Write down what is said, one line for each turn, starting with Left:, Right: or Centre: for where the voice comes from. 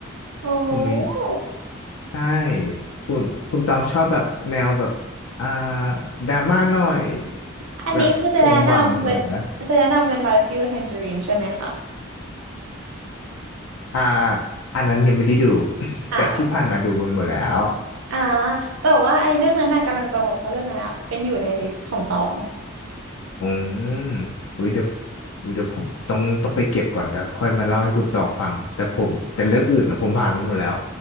Right: โอ
Left: ผมมี
Right: ้
Left: ใช่คุณคุณตองชอบแบบแนวแบบอ่าดราม่าหน่อย
Right: อันนี้คือจะแนะนำเป็น
Left: แบบซงบังเหรอนะ
Right: จะแนะนำเป็น Life Giver Tangerine ใช่ไหมคะ
Left: อ่าอันนั้นยังไม่ได้ดู <laughs>
Right: อ้าว
Left: แต่ที่ผ่านมาดูไปหมดแล้ว
Right: อ่าแต่ว่าไอ้เรื่องนั้นน่ะกำลังจะบอกว่าเรื่องนั้นอะเป็นอยู่ในลิสต์ของตอง
Left: อืมอุ้ยเดี๋ยวอุ้ยเดี๋ยวผมต้องต้องไปเก็บก่อนแล้วค่อยมาเล่าให้คุณตองฟัง แต่ผมแต่เรื่องอื่นนะผมผ่านมาหมดแล้ว